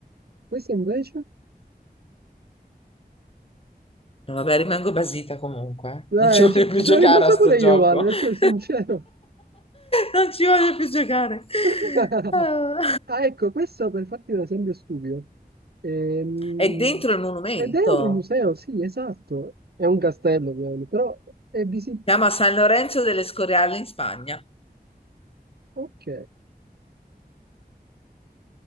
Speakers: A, on the right; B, on the left.
A: Questo invece?
B: No, vabbè, rimango basita comunque. eh.
A: Eh,
B: Non ci voglio
A: ci,
B: più
A: ci
B: giocare
A: sono rimasto
B: a sto
A: pure
B: gioco.
A: io male, ad essere
B: <laughs>
A: sincero.
B: Non ci voglio più giocare.
A: <laughs>
B: Ah.
A: Ah, ecco, questo per farti un esempio stupido. Ehm,
B: È dentro il monumento.
A: è dentro un museo, sì, esatto. È un castello, ovviamente, però è visibile.
B: Si Chiama San Lorenzo delle Scoriale in Spagna.
A: Ok.